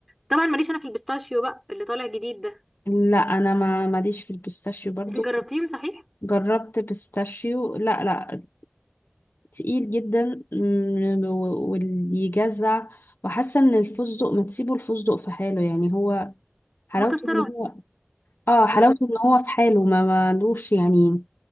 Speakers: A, in the centre; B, on the left (about 55°).
A: طبعا ماليش انا في البيستاشيو بقى اللي طالع جديد ده
B: لا انا ما ماليش في البيستاشيو برضو
A: انت جربتيه صحيح
B: جربت بيستاشيو لا لا تقيل جدا مم، و- واللي يجزع وحاسه ان الفستق ما تسيبه الفستق في حاله يعني هو حلاوته
A: مكسرات
B: ان هو اه حلاوته
A: ما...
B: ان هو في حاله ما مالوش يعني